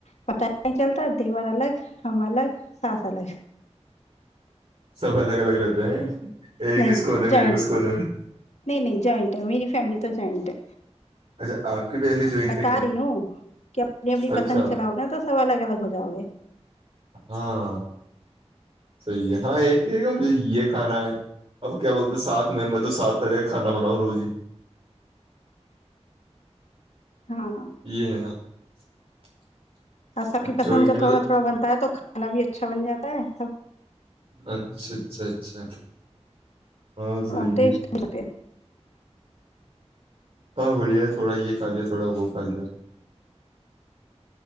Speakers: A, on the left (about 75°); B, on the right (about 55°).
A: پت نہیں چلتا دیور الگ ہم الگ ہاں سلیش
B: سب الگ الگ رہتے ہیں ایک
A: نہیں
B: کس کونے میںگس
A: جوائنٹ
B: کونے میں
A: نہیں نہیں جوائنٹ ہے میری فیملی تو جوائنٹ ہے
B: اچھا آپ کی فیملی جوائنٹ
A: بتا
B: ہے کیا
A: رہی ہوں کہ اپنی اپنی
B: اچھا
A: پسند چلاؤ گا تو سب الگ الگ ہو جاؤ گے
B: ہاں صحی ہے ہاں ایک کہ مجھے یہ کھانا ہے اب کیا بولتے سات میںمبر تو سات طرح کا کھانا بناؤ روز ہی
A: ہاں
B: یہ ہے نا <unintelligible>
A: اور سب کی
B: جوائنٹ
A: پسند کا
B: میں
A: تھوڑا
B: تو
A: تھوڑا بنتا ہے تو کھانا بھی اچھا بن جاتا ہے سب
B: اچھا اچھا اچھا ہاں صحیح
A: ہ ٹیٹ
B: ہے
A: متے
B: ہاں بڑھیا ہے تھوڑا یہ کھا لیا تھوڑا وہ کھا لیا